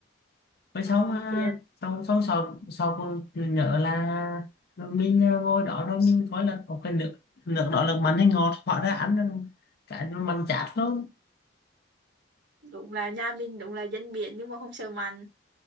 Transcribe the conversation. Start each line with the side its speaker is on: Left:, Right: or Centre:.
Left: rồi
Right: Ờ,
Left: xong à,
Right: thì
Left: xong xong sau sau cô nhớ là mình à, ngồi đó rồi mình coi là có cái nước nước đó là mặn hay ngọt hóa ra ăn là cái nó mặn chát luôn
Right: đúng là nhà mình đúng là dân biển nhưng mà không sợ mặn